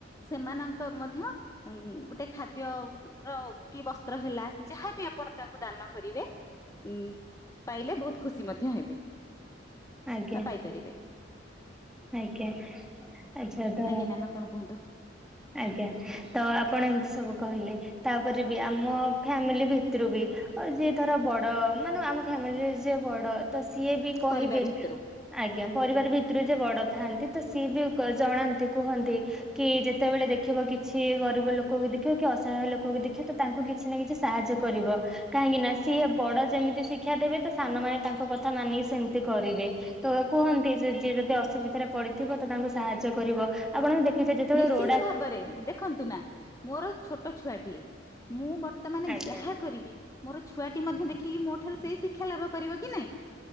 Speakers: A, on the left; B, in the centre.
A: ସେମାନ ଙ୍କ ମଧ୍ୟ ଉ ଗୋଟେ ଖାଦ୍ୟ ର କି ବସ୍ତ୍ର ହେଲା ଯାହାବି ଆପଣ ତାଙ୍କୁ ଦାନ କରିବେ ଉ ପାଇଲେ ବହୁତ ଖୁସି ମଧ୍ୟ ହେବେ।
B: ଆଜ୍ଞା ଆଜ୍ଞା
A: ନା ପାଇପାରିବେ।
B: ଆଜ୍ଞା ଆଛାଦ
A: ଆଜ୍ଞା ମ୍ୟାମ୍ ଆପଣ କୁହନ୍ତୁ
B: ଆଜ୍ଞା ତ ଆପଣ ଏମିତି ସବୁ କହିଲେ ତାପରେ ବି ଆମ ଫ୍ୟାମିଲି ଭିତୁରୁ ବି ଯିଏ ଧର ବଡ଼ ମାନେ ଆମ ଫ୍ୟାମିଲିରେ ଯିଏ ବଡ଼ ତ ସିଏ ବି କହିବେ
A: ପରିବାର ଭିତରୁ
B: ଆଜ୍ଞା ପରିବାର ଭିତୁରୁ ଯିଏ ବଡ଼ ଥାନ୍ତି ତ ସିଏ ବି ଜଣାନ୍ତି କୁହନ୍ତି କି ଯେ ତେବେଳେ ଦେଖିବ କିଛି ଗରିବ ଲୋକକୁ ଦେଖିବ କି ଅସହାୟ ଲୋକକୁ ଦେଖିବ ତ ତାଙ୍କୁ କିଛି ନା କିଛି ସାହାଯ୍ୟ କରିବ। କାହିଁକି ନା ସିଏ ବଡ ଯେମିତି ଶିକ୍ଷା ଦେବେ ତ ସାନମାନେ ତାଙ୍କ କଥା ମାନିକି ସେମିତି କରିବେ। ତ କୁହନ୍ତି ଯେ ଯିଏ ଯଦି ଅସୁବିଧାରେ ପଡ଼ିଥିବ ତ ତାଙ୍କୁ ସାହାଯ୍ୟ କରିବ। ଆପଣବି ଦେଖିଥିବେ ଯେତେବେଳେ
A: ନିଶ୍ଚିନ୍ତ
B: ରୋ
A: ଭାବରେ ଦେଖନ୍ତୁ ନା ମୋର ଛୋଟ ଛୁଆଟିଏ ମୁଁ ବର୍ତ୍ତମାନେ
B: ଆଜ୍ଞା
A: ଯାହା କରିବି ମୋର ଛୁଆଟି ମଧ୍ୟ ଦେଖିକି ମୋ ଠାରୁ ସେଇ ଶିକ୍ଷା ଲାଭ କରିବ କି ନାଇଁ।